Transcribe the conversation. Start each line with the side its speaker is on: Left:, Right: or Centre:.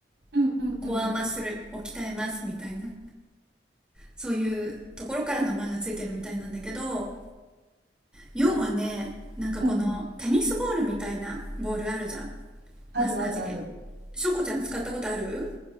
Right: うんうんうん。
Centre: コアマッスルを鍛えますみたいな、そういうところから名前がついてるみたいなんだけど、要はね、
Right: な、
Centre: なんかこのテニスボールみたいなボールあるじゃん。
Right: うん。あるあるある。
Centre: マッサージで。しょこちゃん使ったことある